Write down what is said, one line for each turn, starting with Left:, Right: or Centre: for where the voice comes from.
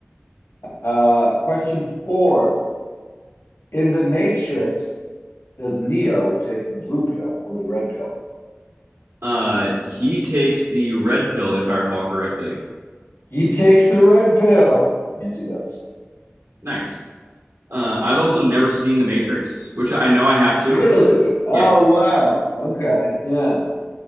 Left: Uh, question four. In The Matrix, does Neo take the blue pill or the red pill?
Right: Uh, he takes the red pill, if I recall correctly.
Left: He takes the red pill. Yes, he does.
Right: Nice. Uh, I've also never seen The Matrix, which I know I have to.
Left: Really? Oh,
Right: Yeah.
Left: wow. Okay. Yeah.